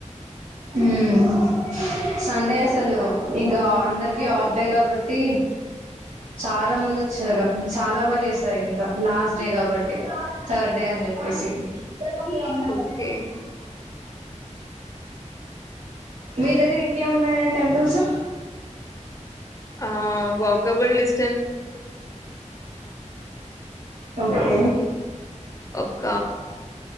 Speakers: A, on the right; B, on the left.
A: ఉమ్మ్ సండే అసలు ఇంకా అందరికి ఆఫ్ డే కాబట్టి చాలా మంది వచ్చారు చాలా బాగా చేస్తారు ఇంకా లాస్ట్ డే కాబట్టి థర్డ్ డే అని చెప్పేసి అ
B: ఓకే
A: మీ దగ్గర ఇంకేమున్నాయనే టెంపుల్స్
B: ఆ వ కబుల్ డిస్
A: ఓకే
B: ఒక